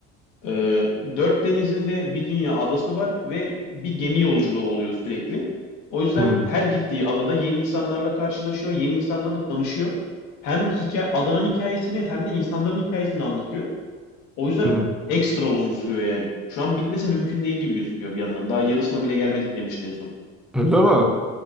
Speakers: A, on the left; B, in the centre.
A: Ee, dört denizinde bir dünya adası var ve bir gemi yolculuğu oluyor sürekli. O yüzden
B: Hı
A: her gittiği adada yeni insanlarla karşılaşıyor, yeni insanlarla tanışıyor. Hem hikaye, adanın hikayesini hem de insanların hikayesini anlatıyor. O yüzden
B: hı.
A: ekstra uzun sürüyor yani. Şu an bitmesi mümkün değil gibi gözüküyor bir yandan. Daha yarısına bile gelmedik demişti en son.
B: Öyle mi?